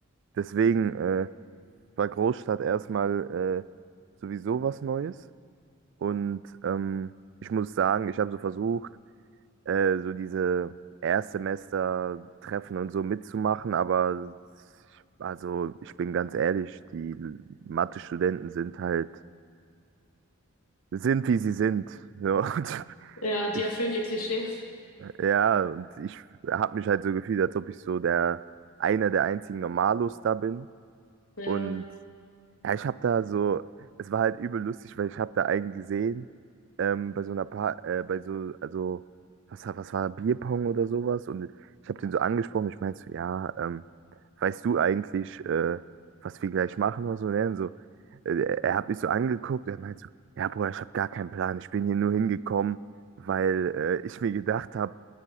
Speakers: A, on the right (about 55°); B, on the left (about 85°).
A: deswegen äh, war Großstadt erstmal äh, sowieso was Neues. Und ähm, ich muss sagen, ich habe so versucht, äh, so diese Erstsemester-Treffen und so mitzumachen, aber ich, also ich bin ganz ehrlich, die Mathe-Studenten sind halt, sind wie sie sind. So, <laughs> und
B: ja, die
A: ich
B: erfüllen ihr Klischee.
A: Ja, und ich habe mich halt so gefühlt, als ob ich so der einer der einzigen Normalos da bin.
B: Ja,
A: Und ja, ich habe da so, es war halt übel lustig, weil ich habe da einen gesehen, ähm, bei so einer Paar, äh, bei so, also, was, war- was war, Bierpong oder sowas. Und ich habe den so angesprochen, ich meinte so, ja, ähm, weißt du eigentlich, äh, was wir gleich machen oder so? Und er dann so, äh, er hat mich so angeguckt, er meinte so, ja, Bruder, ich habe gar keinen Plan, ich bin hier nur hingekommen, weil äh, ich mir gedacht habe,